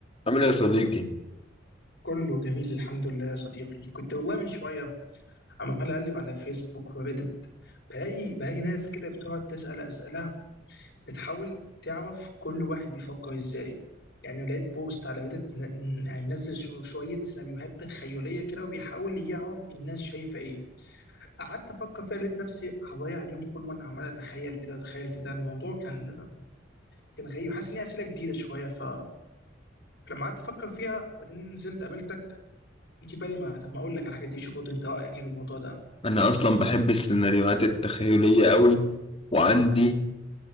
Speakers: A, on the left (about 30°); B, on the left (about 60°).
A: عامل ايه يا صديقي؟
B: كله جميل الحمد لله يا صديقي كنت والله من شوية عمال أقلب على فيسبوك وبدت بلاقي بلاقي ناس كده بتقعد تسأل أسئلة بتحاول تعرف كل واحد بيفكر إزاي يعني لقيت بوست على بدت ن- ن- يعني منزل شو- شوية سيناريوهات تخيلية كده وبيحاول يعرف الناس شايفة إيه قعدت أفكر فيها لقيت نفسي هضيع اليوم كله وأنا عمال أتخيل في ده أتخيل في ده الموضوع كان كان غريب حاسس إن هي أسئلة جديدة شوية ف... فلما قعدت أفكر فيها وبعدين نزلت قابلتك يجي بالي ما طب ما اقول لك على الحاجات دي شوف برضه انت رايك ايه في الموضوع ده
A: أنا أصلا بحب السيناريوهات التخيلية قوي وعندي